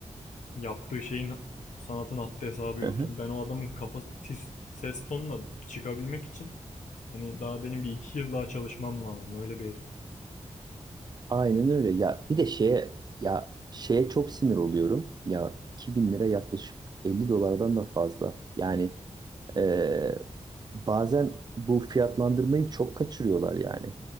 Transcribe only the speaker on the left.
Yaptığı şeyin sanatın haddi hesabı yokken
ben o adamın kafası tiz ses tonuna çıkabilmek için hani daha benim bir iki yıl daha çalışmam lazım öyle bir herif.